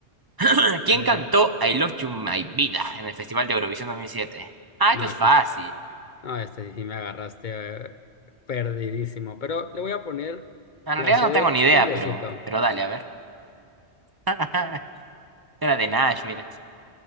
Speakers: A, on the right; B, on the left.
A: <clears throat> ¿Quién
B: Eh,
A: cantó I Love You My Vida en el Festival de Eurovisión 2007? Ah,
B: no,
A: esto es
B: aquí.
A: fácil.
B: s- No, este sí sí me agarraste eh, perdidísimo. Pero le voy a poner
A: En
B: la
A: realidad
B: sede
A: no tengo ni
B: de
A: idea,
B: de Diosito.
A: pero... Pero dale, a ver. <laughs> Era de Nash, mira.